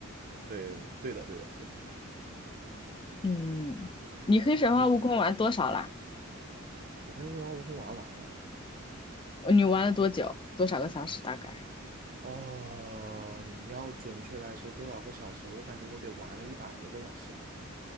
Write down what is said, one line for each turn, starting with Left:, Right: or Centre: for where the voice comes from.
Right: 对对的对的对的，
Left: 嗯，你黑神话悟空玩多少啦？
Right: 你我跟你说，悟空玩完了，
Left: 你玩了多久？多少个小时大概？
Right: 哦，你要准确来说多少个小时？我感觉我得玩了一百多个小时了。